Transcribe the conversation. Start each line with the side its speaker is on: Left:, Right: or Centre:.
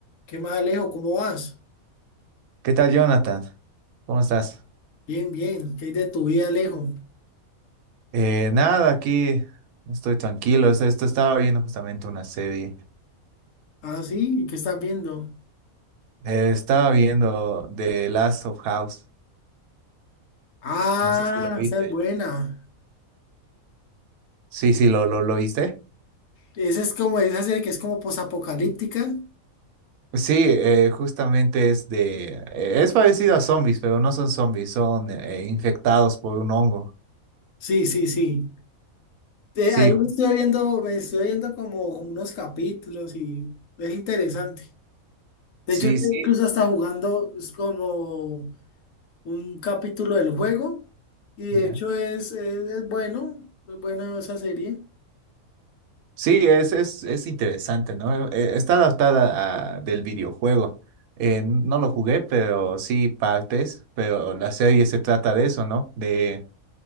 Left: ¿Qué más, Alejo? ¿Cómo vas?
Right: ¿Qué tal, Jonathan? ¿Cómo estás?
Left: Bien, bien. ¿Qué hay de tu vida, Alejo?
Right: Eh, nada, aquí estoy tranquilo. Esto, esto estaba viendo justamente una serie.
Left: Ah, sí. ¿y ¿Qué estás viendo?
Right: Eh, estaba viendo The Last of House.
Left: Ah,
Right: No sé si lo viste.
Left: esa es buena.
Right: Sí, sí, lo, lo, lo viste.
Left: Esa es como, esa serie que es como posapocalíptica.
Right: Sí, eh, justamente es de... eh, es parecido a zombies, pero no son zombies, son eh, infectados por un hongo.
Left: Sí, sí, sí. Eh,
Right: Sí,
Left: ahí
Right: ju-
Left: me estoy viendo, me estoy viendo como unos capítulos y es interesante. De
Right: sí,
Left: hecho, estoy
Right: sí.
Left: incluso hasta jugando es como un capítulo del juego y
Right: Ya.
Left: de hecho es, es, es bueno, es buena esa serie.
Right: Sí, es, es, es interesante, ¿no? Eh, Está adaptada a- del videojuego. Eh, no lo jugué, pero sí partes, pero la serie se trata de eso, ¿no? De,